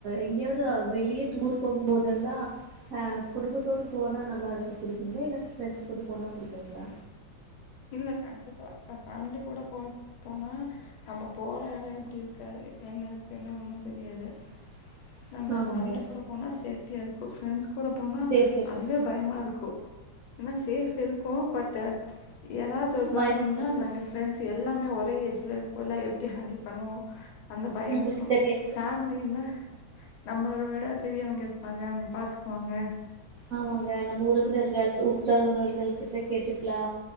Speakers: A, on the right; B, on the left.
A: எங்கேயாவது அ வெளியே டூர் போகூ போதெல்லா ஆ குடும்பத்தோட போனா நல்லா இருக்கு புடிக்குங்களா இல்ல ஃப்ரெண்ட்ஸ் கூட போனா புடிக்குங்களா
B: இல்ல கண்டிப்பா நா ஃபேமிலி கூட போறத்துக்கு போனா நம்ம போற எடோ எப்டி இருக்க என்ன இருக் என்ன ஒண்ணு தெரியாது
A: <inaudible>
B: நம்ம
A: ஆமாங்க
B: ஃபேமிலி கூட போனா சேப்டியாருக்கூ ப்ரெண்ட்ஸ் கூட போனா
A: சேஃப்டி இருக்கு
B: அதுவே பயமா இருக்கூ ஏனா சேஃப் இருக்கூ பட் அ ஏதாச்சு ஒரு
A: பயமா
B: ப்ராப்ளம்னா
A: இருக்கு
B: நாங்க ஃப்ரெண்ட்ஸ் எல்லாமே ஒரே ஏஜ்ல இருப்போம்ல்ல எப்டி ஹேண்டில் பண்ணுவோ அந்த பயம்
A: நம்மளுக்கு
B: இருக்கோ
A: தெரியாது
B: ஃபேமிலின்னா நம்மள விட பெரியவங்க இருப்பாங்க அவங்க பாத்துக்குவாங்க
A: ஆமாங்க நம்ம ஊருக்குள்ள இருக்க எல் குரூப் செர்னு ஒருத்தல கிட்ட கேட்டுக்கலா